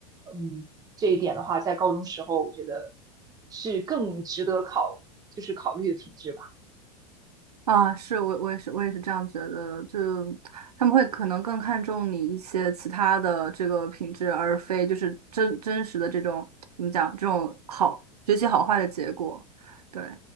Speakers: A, on the right; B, on the right.
A: 嗯，这一点的话，在高中时候，我觉得是更值得考，就是考虑的品质吧。
B: 啊，是我我也是我也是这样觉得的就他们会可能更看重你一些其他的这个品质，而非就是真真实的这种怎么讲这种好学习好坏的结果，对。